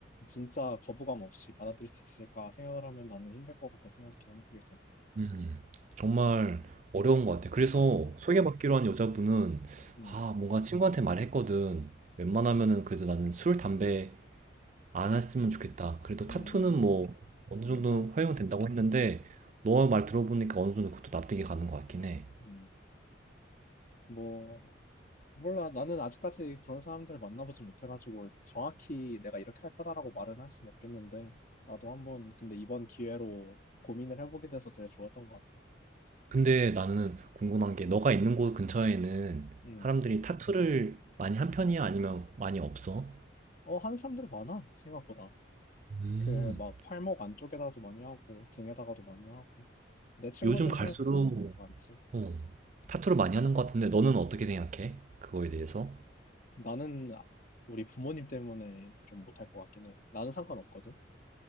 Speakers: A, on the left (about 45°); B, on the right (about 40°).
A: 진짜 거부감 없이 받아들일 수 있을까 생각을 하면 나는 힘들 것 같다 생각해, 한국에서.
B: 음. 정말
A: 음,
B: 어려운 것 같아. 그래서
A: 어,
B: 소개받기로 한 여자분은
A: 음,
B: 아, 뭔가 친구한테 말했거든. 웬만하면은 그래도 나는 술, 담배 안 했으면 좋겠다. 그래도 타투는
A: 음,
B: 뭐 어느
A: 괜찮다.
B: 정도 허용된다고 했는데 너 말 들어보니까 어느 정도 그것도 납득이 가는 것 같긴 해.
A: 음, 뭐, 몰라, 나는 아직까지 그런 사람들을 만나보지 못해가지고 정확히 내가 이렇게 할 거다라고 말은 할 수는 없겠는데 나도 한번 근데 이번 기회로 고민을 해보게 돼서 되게 좋았던 것 같다.
B: 근데 나는 궁금한 게 너가 있는 곳 근처에는
A: 음.
B: 사람들이 타투를 많이 한 편이야? 아니면 많이 없어?
A: 어, 하는 사람들 많아, 생각보다.
B: 음.
A: 그 막 팔목 안쪽에다도 많이 하고 등에다가도 많이 하고 내 친구들
B: 요즘 갈수록
A: 중에서도 많지.
B: 어, 타투를 많이 하는 것 같은데 너는 어떻게 생각해? 그거에 대해서?
A: 나는 우리 부모님 때문에 좀 못할 것 같긴 해. 나는 상관없거든.